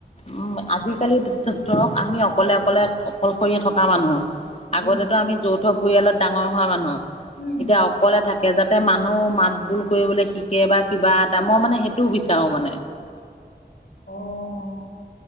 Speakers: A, on the left; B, on the left.
A: উম আজিকালি ধৰক আমি অকলে অকলে অকলশৰীয়া থকা মানুহ।
B: উম
A: আগতেটো আমি যৌথ পৰিয়ালত ডাঙৰ হোৱা মানুহ
B: উম
A: এতিয়া অকলে থাকে যা মানুহ মাত বোল কৰিবলৈ শিকে বা কিবা এটা মই মানে সেইটোও বিচাৰো মানে।
B: অঁ'